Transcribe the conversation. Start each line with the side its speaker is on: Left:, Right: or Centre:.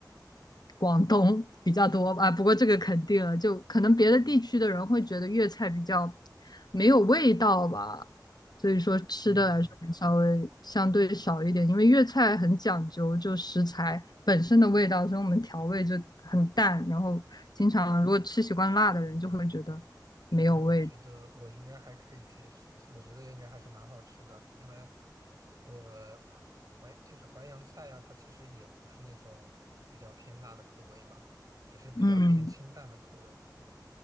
Left: 广东比较多吧，不过这个肯定了，就可能别的地区的人会觉得粤菜比较没有味道吧，所以说吃的来说也稍微相对少一点，
Right: 嗯，
Left: 因为粤菜很讲究就食材本身的味道，所以我们调味就很淡，然后经常如果吃习惯辣的人就会觉得没有味
Right: 那我觉得我应该还可以接受，我觉得应该还是蛮好吃的，因为我淮就是淮扬菜啊，它其实也不是那种比较偏辣的口味嘛，也是比较偏清淡的口味。
Left: 嗯